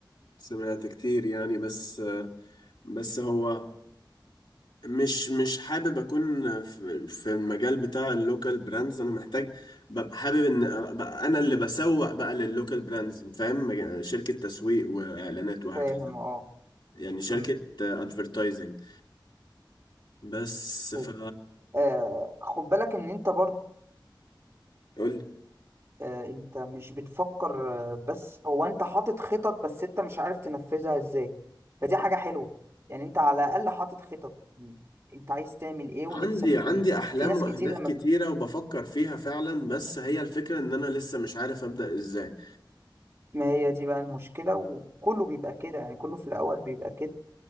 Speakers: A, on the left (about 65°); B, on the right (about 35°).
A: سمعت كتير يعني بس بس هو مش مش حابب أكون في في المجال بتاع اللوكال براندز أنا محتاج ببقى حابب إن أبقى أنا اللي بسوق بقى لللوكال براندز فاهم مج- شركة تسويق وإعلانات وهكذا
B: فاهم اه
A: يعني شركة
B: امم
A: أدفرتايزنج بس
B: حلو.
A: ف
B: آه خد بالك ان انت برضو
A: قول لي
B: آه انت مش بتفكر آه بس هو انت حاطط خطط بس انت مش عارف تنفذها ازاي فدي حاجه حلوه يعني انت على الاقل حاطط خطط انت عايز تعمل ايه ونفسك
A: عندي
B: في
A: عندي
B: ايه
A: أحلام
B: في ناس
A: وأهداف
B: كتير لما
A: كتيرة وبفكر فيها فعلا بس هي الفكرة إن أنا لسه مش عارف أبدأ إزاي
B: ما هي دي بقى المشكلة وكله بيبقى كده يعني كله في الأول بيبقى كده